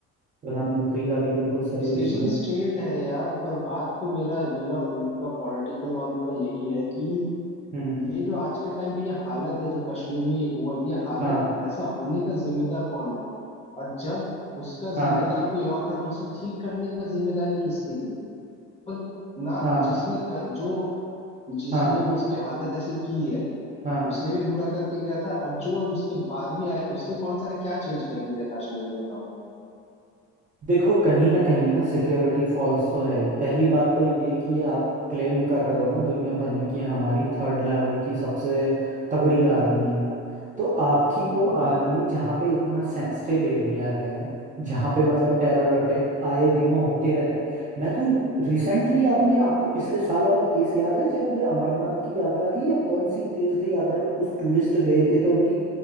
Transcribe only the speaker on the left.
डिसीजन
स्ट्रेट
है यार पर बात तो मेरा मेरा इनका पॉलिटिकल वालों का यही है कि
ये जो आज के टाइम पे ये हालत है जो कश्मीर में ये हुआ ये हालत
ऐसा होने का जिम्मेदार कौन है और जब उसका
जिम्मेदार कोई और था तो उसे ठीक करने का जिम्मेदारी किसकी थी पर ना
जिसने क, जो जिसने
उसके हालत ऐसी की है
उसने भी बुरा करके गया था और जो अब उसके बाद भी आया उसने कौन सा क्या चेंज कर दिया है कश्मीर में बताओ
हाँ
हम्म,